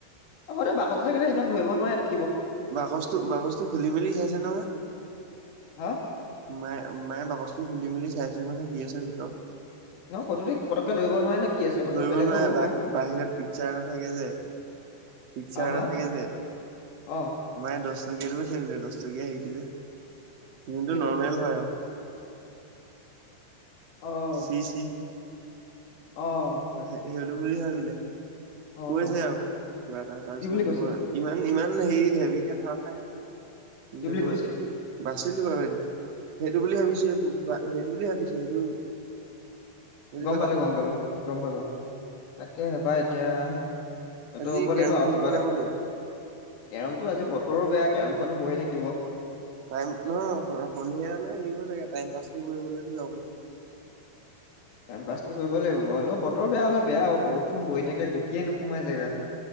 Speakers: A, on the left; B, on the right.
A: অক বাকততে চাগে ইমান ধৰিব নোৱাৰোৱ
B: বাকচটো বাকচটো খুলি মেলি চাইছে নহয়
A: হা
B: মায়ে মায়ে বাকচটো খুলি মেলি চাইছে নহয় কি আছে ভিতৰত
A: ন সৈটোতে পতককে ধৰিব নোৱাৰে নে কি আছে সৈটো
B: ধৰিব
A: বেলেগো
B: নোৱাৰে
A: হ'ব পাৰে
B: বাহিৰত পিকচাৰ এটা থাকে যে পিকচাৰ
A: হা
B: এটা
A: হা
B: থাকে যে
A: অ'
B: মায়ে দহ টকীয়াাতটো বুলি ভাবিলে দহটকীয়া হেৰিটো যে যোনটোটো
A: কিটো
B: নৰ্মেল হয় আৰু
A: অ'
B: শ শি
A: অ
B: সেইলো বুলি ভাবিলে
A: অ'
B: কৈছে
A: হ হ
B: আৰু কিবা এটা তাৰপিছত
A: কি বুলি কৈছে
B: মই ইমান ইমান হেৰি হেভিকে ধৰা নাই কিন্তু
A: কি বুলি কৈছে
B: বাচিলো বাৰু এতিয়া সেইটো বুলি ভাবিছে সেইটো বুলি ভাবিছে সেইটো বুজি
A: গম
B: পালা
A: পালো গম পালো গম পালো তাকে হেপাহ এতিয়া সতটো
B: আজি
A: হ'ব
B: কেৰম
A: লাগিব আৰু
B: খেলিব
A: কিবা এটা
B: যাব লাগিব
A: কেৰমটো আজি বতৰো বেয়া কেৰমখনো বহি থাকিব
B: টাইম নহয় সন্ধিয়ালৈ আহৰিব চাগে টাইম পাছ টো কৰিবলেতো যাব লাগিব
A: টাইম পাছ কৰিব লাগিব বু হলেও বৰ বেয়া হলে বেয়া হ বহুত বহ থাক গটেই নোসোমাই জেগাত